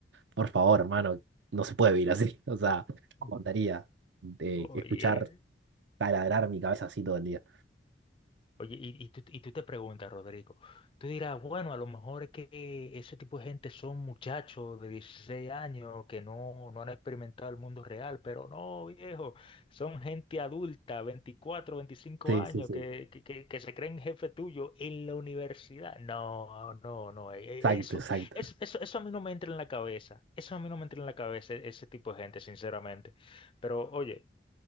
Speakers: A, on the right; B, on the left.
A: por favor, hermano, no se puede vivir así. <laughs> O sea, no aguantaría
B: Ujú.
A: de
B: <laughs>
A: escuchar
B: Oye.
A: taladrar mi cabeza así todo el día.
B: Oye, y, y tú, y tú te preguntas, Rodrigo, tú dirás, bueno, a lo mejor es que ese tipo de gente son muchachos de 16 años que no, no han experimentado el mundo real, pero no, viejo, son gente adulta, veinticuatro, veinticinco
A: Sí,
B: años,
A: sí, sí.
B: que, que, que- que se creen jefe tuyo en la universidad. No, no, no, eh, eh,
A: Exacto,
B: eso,
A: exacto.
B: eso, eso, eso a mí no me entra en la cabeza, eso a mí no me entra en la cabeza e- ese tipo de gente, sinceramente. Pero oye,